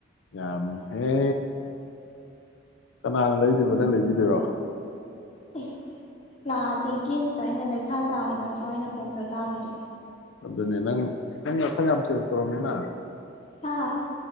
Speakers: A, on the left; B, on the left.
A: ꯌꯥꯃꯤꯍꯦ ꯀꯅꯥꯅ ꯂꯩꯗꯣꯏꯕ ꯅꯪ ꯂꯩꯕꯤꯗꯣꯏꯔꯣ
B: ꯑꯦ ꯌꯥꯗꯦ ꯒꯦꯁꯇ ꯑꯩꯅ ꯂꯩ ꯏꯁꯥ ꯇꯥꯕ ꯅꯠꯇ꯭ꯔꯣ ꯑꯩꯅ ꯀꯣꯡꯊ ꯇꯥꯕꯅꯦ
A: ꯑꯗꯨꯅꯦ ꯅꯪ ꯅꯪ ꯁꯛ ꯌꯥꯝ ꯆꯦꯟꯖ ꯇꯧꯔꯝꯃꯦꯅ
B: ꯍꯥꯥ